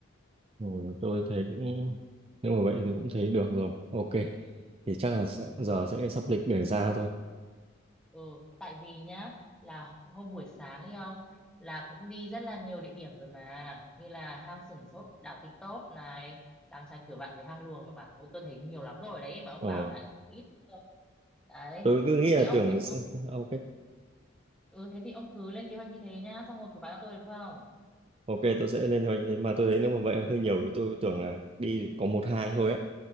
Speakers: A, on the right; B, in the centre.
A: rồi tôi thấy cũng nếu mà vậy thì cũng thấy được rồi ok thì chắc là sẽ,
B: ừ.
A: giờ sẽ sắp lịch để ra thôi
B: ừ tại vì nhá là hôm buổi sáng ấy ông là cũng đi rất là nhiều địa điểm rồi mà như là hang Sửng Sốt đảo Ti Tốp này làng chài Cửa Vạn với hang Luồng mà ôi tôi thấy nhiều lắm rồi đấy mà ông
A: ờ
B: bảo là ít cơ đấy
A: tôi cứ nghĩ
B: thế thì
A: là
B: ông
A: tưởng
B: cứ
A: sẽ ok
B: ừ thế thì ông cứ lên kế hoạch như thế nhá xong rồi cứ báo cho tôi được không
A: ok tôi sẽ lên kế hoạch thế mà tôi thấy nếu mà vậy là hơi nhiều vì tôi tưởng là đi có một hang thôi á